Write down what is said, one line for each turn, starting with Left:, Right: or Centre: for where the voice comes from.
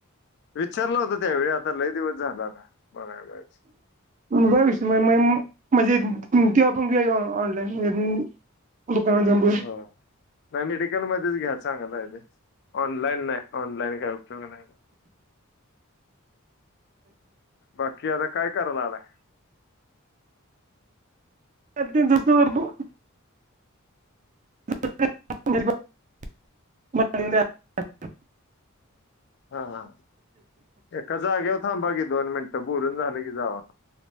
Left: विचारला होता, त्यावेळी आता लय दिवस झाला ना बघाय पाहिजे.
Right: बस् म्हणजे ते आपण घ्यायचं ऑनलाईन दूकानात जावून बघ
Left: हो नाही मेडिकलमध्येच घ्या, चांगल हाय तेे, ऑनलाईन नाही, ऑनलाईन काय उपयोग नाही ते बाकी आता काय कराय लागलाय?
Right: ते त तींजस तवर धू <unintelligible> म <unintelligible>
Left: हा हा एका जागेवर थांबा की, दोन मिनिटं, बोलून झाल की जावा.